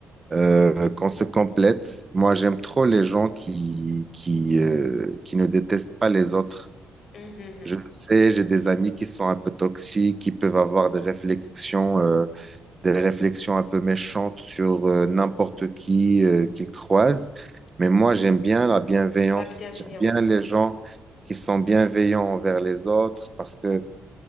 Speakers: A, on the right; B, on the left.
A: euh, qu'on se complète. Moi, j'aime trop les gens qui, qui, euh, qui ne détestent pas les autres.
B: Mhm, mhm.
A: Je sais, j'ai des amis qui sont un peu toxiques, qui peuvent avoir des réflexions, euh, des réflexions un peu méchantes sur euh, n'importe qui euh, qu'il croise. Mais moi, j'aime bien la bienveillance.
B: La bienveillance,
A: J'aime bien les
B: ok.
A: gens qui sont bienveillants envers les autres parce que